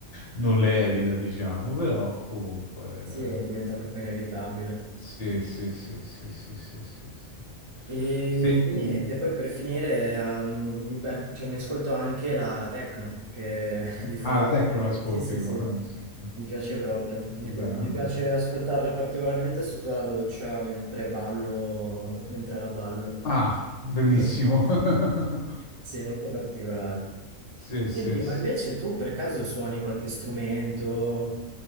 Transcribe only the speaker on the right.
Sì, eh, diventa proprio inevitabile.
E,
e niente,
poi per finire ehm, mi, becco- cioè, mi ascolto anche la, la techno, che è <laughs> differente.
Sì, sì,
sì,
mi piace proprio. Mi,
pi- mi
piace
ascoltarla particolarmente sotto la doccia mentre ballo, mentre la ballo.
Mm.
Sì, molto particolare.
Senti,
ma invece tu per caso suoni qualche strumento?